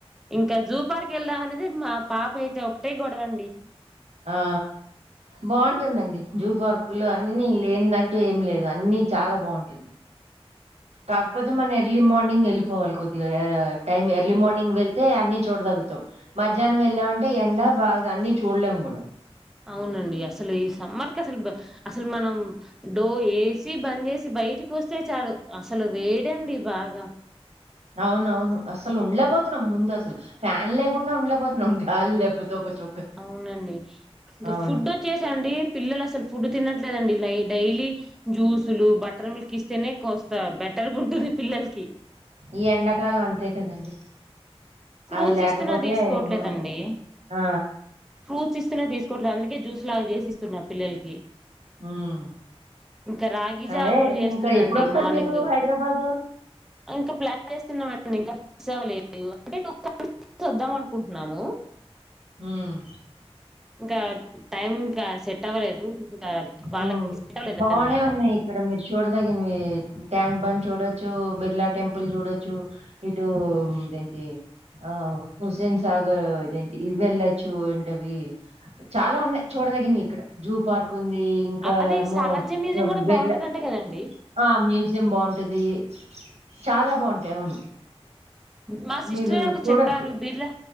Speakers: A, in the centre; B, on the right.
A: ఇంకా జూ పార్క్ వెళ్దాం అనేది మా పాప అయితే ఒక టె గొడవండి
B: ఆ బాగుంటుందండి జూ పార్కు లో అన్ని లేదంటూ ఏం లేదు అన్ని చాలా బాగుంటుంది కాకపోతే మనం ఎర్లీ మార్నింగ్ వెళ్ళిపోవాలి కొద్దిగా టైం ఎర్లీ మార్నింగ్ వెళ్ితే అన్ని చూడదాగుతాం మధ్యాహ్నం వెళ్ళామంటే ఎండ బాగా అన్ని చూడలేము కూడా
A: అవునండి అసలు ఈ సమ్మర్ క అసలు అసలు మనం డో వేసి బంద్ చేసి బయటికి వస్తే చాలు అసలు వేడండి బాగా
B: అవునవును అసలు ఉండలేపోతున్నాం ముందు అసలు ఫ్యాన్ లేకుండా ఉండలేపోతున్నాం గాలి లేకపోతే ఒక చుక్క
A: అవునండి ఇంకా
B: అవును
A: ఫుడ్ వచ్చేశానడి పిల్లలు అసలు ఫుడ్ తినట్లేదండి లై డైలీ జ్యూసులు బటర్ మిల్క్ ఇస్తేనే కోస్తా బెటర్గా ఉంటుంది పిల్లలకి
B: ఈ ఎండాకాలం అంతే కదండి
A: ఫ్రూట్స్
B: అవి లేకపోతే
A: ఇస్తున్నా తీసుకోవట్లేదండి
B: హ్మ్. ఆ
A: ఫ్రూట్స్ ఇస్తు తీసుకోట్లే అందుకే జూ లా చేసిస్తున్న పిల్లలకి
B: హ్మ్.
A: ఇంకా రాగి జావా
B: అదే
A: కూడా చేస్తున్నాండి
B: ఇంకా ఎప్పుడొస్తారు
A: మార్నింగ్
B: మీరు హైదరాబాదు?
A: ఇంకా ప్లాన్ చేస్తున్నా ఇంక ఫిక్స్ అవ్వలేదు టె <inaudible> చూద్దాం అనుకుంటున్నాము
B: హమ్
A: ఇంకా టైం ఇంకా సెట్ అవ్వలేదు ఇంకా
B: హమ్
A: వాళ్ళకి సెట్ అవ్వలేదు
B: బానే
A: అనమాట
B: ఉన్నాయి ఇక్కడ మీరు చూడదగినవి ట్యాంక్ బండ్ చూడొచ్చు బిర్లా టెంపుల్ చూడొచ్చు ఇటూ ఇదేంటి ఆ హుస్సేన్ సాగర్ ఇదేంటి ఇవి వెళ్లొచ్చు ఏంటవి చాలా ఉన్నాయ్ చూడదగినవి ఇక్కడ జూ పార్క్ ఉంది. ఇంకా
A: అది
B: ఏమో
A: సాలార్జీ మ్యూజియం కూడ
B: బిర్లా
A: బాగుంటదంట కదండి
B: ఆ మ్యూజియం బాగుంటది చాలా బాగుంటాయి అవును
A: మా సిస్టర్
B: మీరు
A: ఒకరు
B: చూడొచ్చు.
A: చెప్పారు బ